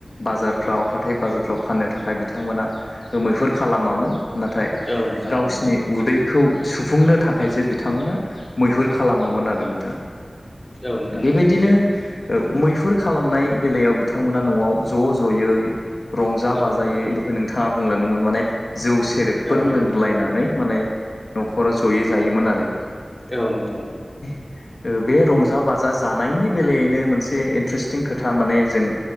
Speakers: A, on the left (about 70°); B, on the left (about 20°).
A: बाजारफ्राव हाथाय - बाजारफ्राव फाननो थाखाय बिथांमोन मोना मैहुर खालामामोन नाथाय
B: औ नोंथां
A: गावसिनि
B: नंगौ
A: उदैखौ सुफुंनो थाखायसो बिथांमोना मैहुर खालामोमोन आरो नोंथां
B: औ नोंथां
A: बेबायदिनो
B: नंगौ
A: मैहुर खालामनाय बेलायाव बिथांमोना नआव ज जयै रंजा
B: औ
A: बाजायै
B: नोंथां
A: दहाय नोंथाङा बुंलांदोंमोन माने जौ सेरेबफोर
B: औ नोंथां
A: लोंग्लायनानै माने नखराव जयै जायोमोन आरो
B: औ नोंथां
A: ओ बे रंजा- बाजा जानायनि बेलायैनो मोनसे इन्ट्रेस्टिं खोथा माने जों